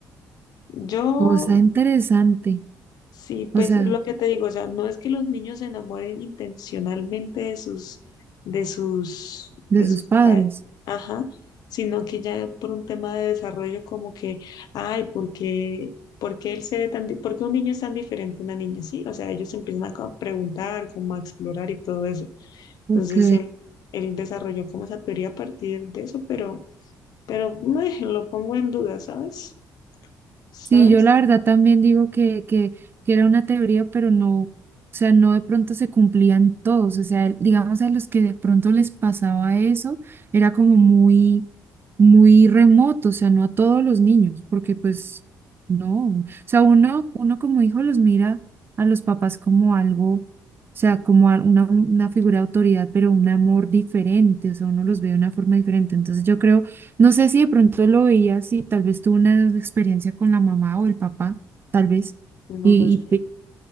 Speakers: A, on the left; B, on the right.
A: Yo,
B: cosa interesante.
A: sí,
B: O
A: pues
B: sea,
A: lo que te digo, o sea, no es que los niños se enamoren intencionalmente de sus, de sus,
B: de
A: de
B: sus
A: sus
B: padres.
A: padres, ajá, sino que ya por un tema de desarrollo como que, ay, ¿por qué, por qué él se ve tan, di- por qué un niño es tan diferente a una niña? Sí, o sea, ellos empiezan a co- a preguntar, como a explorar y todo eso. Entonces
B: Ok.
A: él, él desarrolló como esa teoría a partir de eso, pero, pero meh, lo pongo en duda, ¿sabes? ¿Sabes?
B: Sí, yo la verdad también digo que, que, que era una teoría, pero no, o sea, no de pronto se cumplían todos, o sea, digamos a los que de pronto les pasaba eso, era como muy, muy remoto, o sea, no a todos los niños, porque pues no, o sea, uno, uno como hijo los mira a los papás como algo, o sea, como a- una, una figura de autoridad, pero un amor diferente, o sea, uno los ve de una forma diferente, entonces yo creo no sé si de pronto lo veías y tal vez tuvo una experiencia con la mamá o el papá, tal vez.
A: No
B: Y,
A: lo sé.
B: y